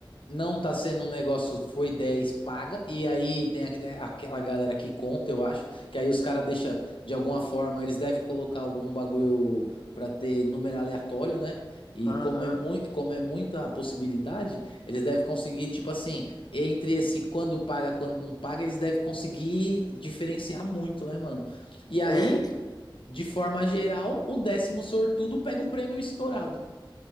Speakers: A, on the left; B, on the left.
A: não tá sendo um negócio, foi 10 paga, e aí tem aque- tem aquela galera que conta, eu acho, que aí os caras deixam, de alguma forma, eles devem colocar algum bagulho pra ter número aleatório, né? E
B: Aham.
A: como é, mui-
B: uhum.
A: como é muita possibilidade, eles devem conseguir, tipo assim, entre esse quando paga, quando não paga, eles devem conseguir diferenciar muito, né, mano? E aí,
B: É,
A: de forma geral, o décimo sortudo pega o prêmio estourado.